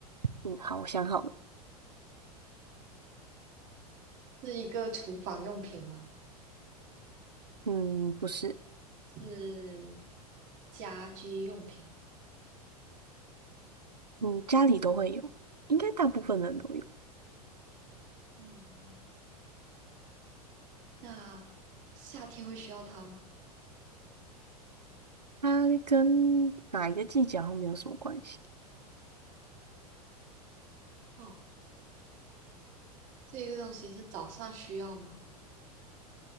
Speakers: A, on the right (about 85°); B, on the right (about 40°).
A: 嗯，好，我想好了。
B: 是一个厨房用品吗？
A: 嗯，不是，
B: 是家居用品。
A: 嗯，家里都会有，应该大部分人都有。
B: 嗯那夏天会需要它吗？
A: 它跟哪一个季节好像没有什么关系。
B: 哦，这个东西是早上需要吗？